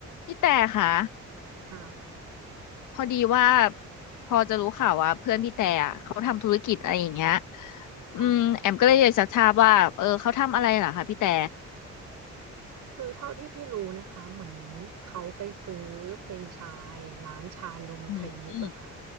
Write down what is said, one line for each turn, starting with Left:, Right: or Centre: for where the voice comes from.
Left: พี่แต่ค่ะ
Right: ค่ะ
Left: พอดีว่าพอจะรู้ข่าวว่าเพื่อนพี่แต่อะเขาทำธุรกิจอะไรอย่างเงี้ย
Right: ค่ะ
Left: อืมแอมก็เลยอยากจะทราบว่าเออเขาทำอะไรเหรอคะพี่แต่
Right: คือเท่าที่พี่รู้นะคะ เหมือนเขาไปซื้อเฟรนไชส์ร้านชานมไข่มุกอะค่ะ
Left: อืม